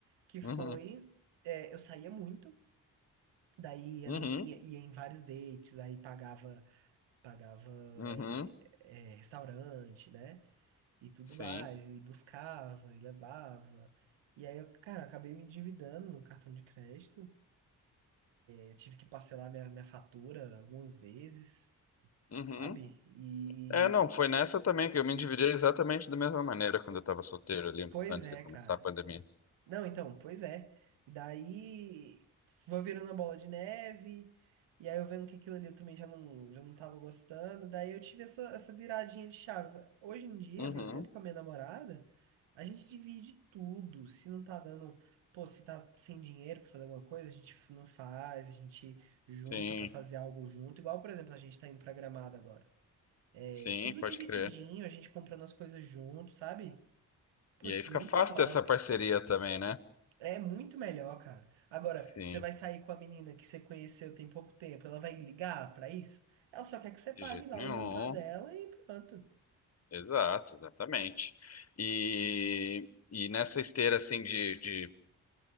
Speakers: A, on the right; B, on the left.
A: que
B: Uhum,
A: foi, é, eu saía muito, daí ia,
B: uhum,
A: no- ia- ia em vários dates, aí pagava, pagava
B: uhum,
A: é, é, restaurante, né? E tudo
B: sim,
A: mais, e buscava, e levava. E aí, eu, cara, acabei me endividando no cartão de crédito. Eu tive que parcelar minha, minha fatura algumas vezes,
B: uhum.
A: sabe? E,
B: É, não, foi nessa também que eu me endividei exatamente da mesma maneira quando eu estava solteiro ali,
A: pois
B: antes
A: é,
B: de começar
A: cara.
B: a pandemia.
A: Não, então, pois é. E daí foi virando a bola de neve, e aí eu vendo que aquilo ali eu também já não, já não tava gostando. Daí eu tive essa, essa viradinha de chave. Hoje em dia,
B: Uhum,
A: por exemplo, com a minha namorada, a gente divide tudo. Se não tá dando, pô, se tá sem dinheiro pra fazer alguma coisa, a gente não faz, a gente junta
B: sim,
A: pra fazer algo junto. Igual, por exemplo, a gente tá indo pra Gramado agora. É
B: sim,
A: tudo
B: pode
A: divididinho,
B: crer.
A: a gente comprando as coisas junto, sabe? Putz,
B: E aí fica
A: muito
B: fácil
A: top.
B: ter essa parceria também, né?
A: É muito melhor, cara. Agora,
B: Sim,
A: você vai sair com a menina que você conheceu tem pouco tempo, ela vai ligar pra isso? Ela só quer que você pague
B: de jeito
A: lá
B: nenhum.
A: o jantar dela e pronto.
B: Exato, exatamente. E, e nessa esteira assim de, de